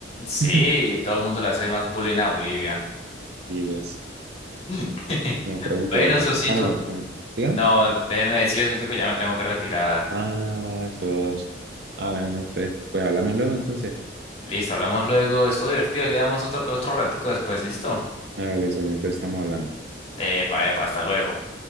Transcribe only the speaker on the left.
Sí,
todo el mundo le hace más bullying a Bolivia.
<laughs>
Bueno,
Sosito,
no, déjeme decirle, Sosito, que ya me tengo que retirar.
Listo, hablamos luego. Estuvo divertido y le damos otro, otro ratico después. ¿Listo?
Epa, epa, hasta luego.